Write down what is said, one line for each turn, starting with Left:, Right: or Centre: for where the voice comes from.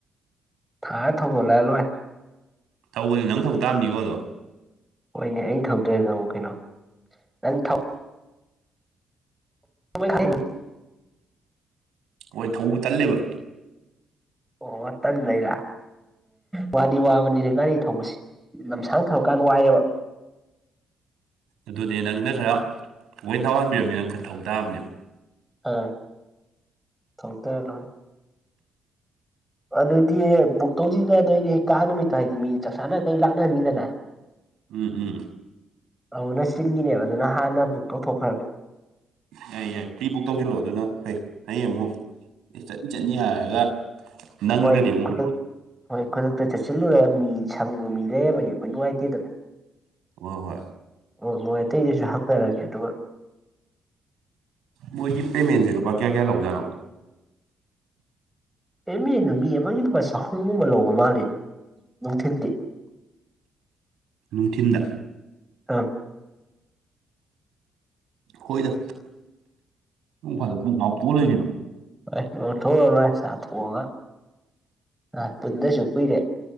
Centre: ꯊꯥꯏ ꯊꯕ ꯂꯥꯏ ꯂꯣꯏ
Right: ꯇꯧꯕꯅꯤ ꯅꯪ ꯊꯧ ꯇꯥꯕꯅꯤꯀꯣꯗꯣ
Centre: ꯍꯣꯏꯅꯦ ꯑꯩꯅ ꯊꯧꯗꯣꯏꯦ ꯀꯩꯅꯣ ꯅꯪ <inaudible>
Right: ꯍꯣꯏ ꯊꯧꯕ ꯇꯜꯂꯦꯕ
Centre: ꯑꯣ ꯇꯟ ꯂꯩꯔ ꯋꯥꯅꯤ ꯋꯥꯕꯅꯤꯅꯦ ꯒꯥꯔꯤ ꯊꯧꯕꯁꯤꯦ ꯂꯝꯁꯥꯡ ꯊꯧꯔꯀꯥꯟꯗ ꯋꯥꯏꯑꯦꯕ
Right: ꯑꯗꯨꯅꯦ ꯅꯪꯅ ꯈꯔ ꯊꯧꯍꯟꯕꯤꯔꯝꯃꯤ ꯅꯪ ꯈꯔ ꯊꯊꯧ ꯇꯥꯕꯅꯦꯕ
Centre: ꯑ ꯊꯇ ꯍꯥꯏꯔꯣꯅꯦ ꯑꯗꯨꯗꯤ ꯕꯨꯛ ꯇꯧꯁꯤꯒꯗꯣꯏꯅꯦ ꯀꯥ ꯅꯨꯃꯤꯠꯇꯣ ꯍꯥꯏꯗꯤ ꯃꯤ ꯆꯥꯛ ꯆꯥꯅ ꯀꯩ ꯂꯥꯛꯅꯍꯅꯤꯗꯅ
Right: ꯎꯝ ꯎꯝ
Centre: ꯑꯧ ꯅꯆꯤꯟꯒꯤꯅꯦꯕ ꯑꯗꯨꯅ ꯍꯥꯟꯅ ꯕꯨꯛ ꯇꯧꯊꯣꯛꯈ꯭ꯔꯕꯅꯦ
Right: ꯌꯥꯏ ꯌꯥꯏ ꯄ꯭ꯔꯤ ꯕꯨꯛ ꯇꯧꯁꯤꯜꯂꯛꯑꯣ ꯑꯗꯨꯅ ꯐꯩ ꯍꯌꯦꯡ ꯑꯃꯨꯛ ꯑꯦ ꯆꯠꯅꯤ ꯆꯠꯅꯤ ꯍꯥꯏꯔꯒ ꯅꯪꯗ꯭ꯔꯗꯤ
Centre: ꯍꯣꯏ
Right: ꯑꯃꯨꯛ
Centre: ꯈꯨꯗ ꯍꯣꯏ ꯈꯨꯗꯛꯇ ꯆꯠꯁꯤꯜꯂꯨꯔꯒ ꯃꯤ ꯁꯪꯕꯨ ꯃꯤ ꯂꯩꯔꯝꯃꯅꯤ ꯑꯩꯈꯣꯏ ꯅꯨꯡꯉꯥꯏꯇꯦꯗꯅ
Right: ꯍꯣꯏ ꯍꯣꯏ
Centre: ꯑꯣ ꯃꯣꯏ ꯑꯇꯩꯗꯁꯨ ꯍꯥꯞꯆꯔꯒꯦ ꯑꯗꯨꯒ
Right: ꯃꯣꯏꯒꯤ ꯄꯦꯃꯦꯟꯁꯦ ꯂꯨꯄꯥ ꯀꯌꯥ ꯀꯌꯥ ꯂꯧꯖꯥꯠꯅꯣ
Centre: ꯑꯦꯦꯝꯃꯦ ꯅꯨ ꯃꯤ ꯑꯃꯒꯤ ꯂꯨꯄꯥ ꯆꯍꯨꯝꯒꯨꯝꯕ ꯂꯧꯕ ꯃꯥꯜꯂꯤꯅꯦ ꯅꯨꯡꯊꯤꯤꯟꯗꯤ
Right: ꯅꯨꯡꯊꯤꯟꯗ
Centre: ꯑꯥ
Right: ꯍꯣꯏꯗ ꯅꯨꯡ ꯐꯥꯗꯣꯛ ꯉꯥꯛꯇꯣꯛꯑ ꯂꯩꯔꯤꯅꯣ
Centre: ꯍꯣꯏ ꯂꯧꯊꯣꯛꯂꯣ ꯂꯣꯏ ꯆꯥꯊꯣꯛꯑꯒ ꯑ ꯄꯨꯟꯗꯁꯨ ꯀꯨꯏꯔꯦ